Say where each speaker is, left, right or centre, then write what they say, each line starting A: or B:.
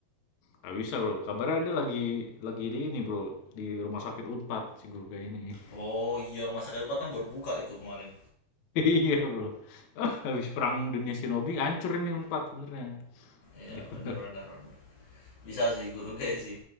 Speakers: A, on the left; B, on the left.
A: nggak bisa, Bro, kabarnya dia lagi lagi di ini, Bro, di rumah sakit Unpad si guru guy ini. <laughs>
B: Oh, iya rumah sakit Rupa kan baru buka itu kemarin.
A: Iya, Bro. <laughs> Habis perang dunia shinobi hancur ini Unpad sebenarnya,
B: Iya,
A: gitu.
B: benar benar. Bisa sih Guruge sih.